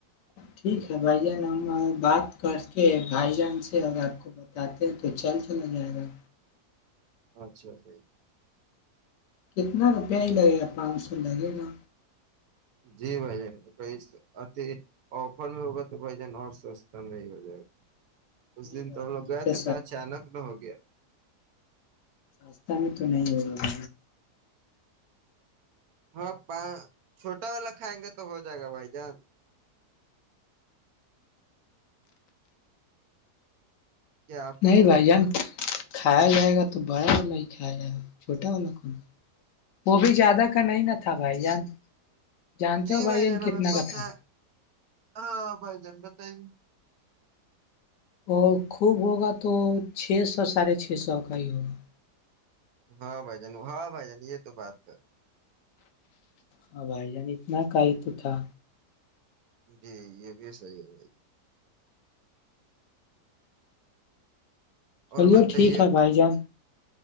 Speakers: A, on the left (about 80°); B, on the right (about 70°).
A: ٹھیک ہے بھائی جان ہم بات کر کے بھائی جان سے اگر آپ کو بتاتے ہیں تو چل چلا جائے گا
B: اچھا بھی
A: کتنا روپیہ ہی لگے گا پانچ سو لگے گا
B: جی بھ جان اھی آفر میں ہوگا تو بھ جان اور سستا میں ہی ہو جائے گا اس
A: نہیں
B: دن
A: بھائی
B: طبل
A: جان اس
B: بیت
A: سے
B: کا اچانک نہ ہو گیا
A: راستہ میں تو نہیں ہوگاا
B: ہاں پان چھوٹا والا کھائیں گا تو ہو جائے گا بھائی جان کیا کونے
A: نہیں بھائی
B: ہی لگتا
A: جان کھایا جائے گا تو بڑا والا ہی کھایا جائے گا چھوٹا والا کون وہ بھی زیادہ کا نہیں ن تھا بھائی جان جانتے
B: جی
A: ہو
B: بھائی
A: جان
B: جانب
A: کتنا
B: ہے پت
A: کا تھا
B: ہے ہاں بھائی جان بتائی
A: اور خوب ہوگا تو چھ سو ساڑھے چھ سو کا ہی ہوگا
B: ہاں بھائی جان ہاں بھائی جان یہ تو بات ہے
A: ہاں بھائی جان اتنا کائی تو تھا
B: جی یہ بھی صحیح ہے بھائی
A: چلیے
B: اور بتائیے
A: ٹھیک ہے بھائی جان